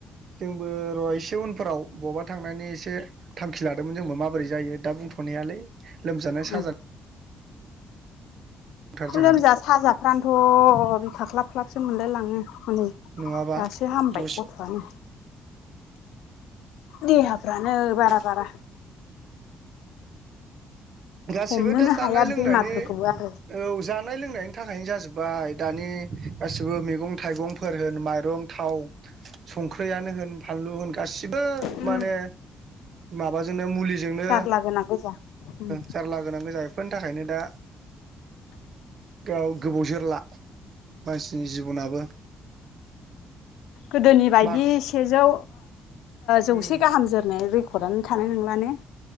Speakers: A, on the right; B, on the left.
A: जोंबो र' एसे उनफोराव बबावबा थांनायनि एसे थांखि लादोंमोन जोंबो माबोरै जायो दा बुंथ'नायालै लोमजानाय
B: उम
A: साजानाय दंथार जोंहा
B: लोमजा साजाफ्रानोथ' बि खाख्लाब ख्लाबसो मोनलायलाङो हनै
A: नङाबा
B: दासो हामबाय
A: दसे
B: गथ'आनो देहाफ्रानो बारा बारा
A: गाससिबो
B: हमनोनो
A: दा जानाय
B: हाया
A: लोंनायनि
B: बेमारफोरखौबो आरो
A: औ ज जानाय लोंनायनि थाखायनो जाजोब्बाय दानि गासिबो मैगं थाइगंफोर होन माइरं थाव संख्रियनो होन फानलु होन गासिबो
B: उम
A: माने माबाजों आ मुलिजोंनो
B: जारला गोनां गोजा उम
A: जारला गोनां जायोफोरनि थाखायनो दा गाव गोबाव जोरला मानसिनि जिबनाबो
B: गोदोनि बायदि
A: मा
B: सेजौ जौसे
A: उम
B: गाहाम जोरनाय अखदानो थानो नंलाानो